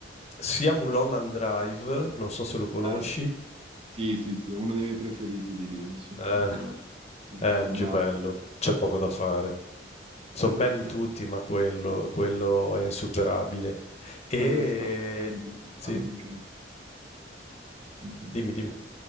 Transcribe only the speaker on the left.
sia Mulholland Drive, non so se lo conosci,
eh,
è il più bello, c'è poco da fare. Sono
belli tutti, ma quello, quello è insuperabile. E
sì,
dimmi, dimmi.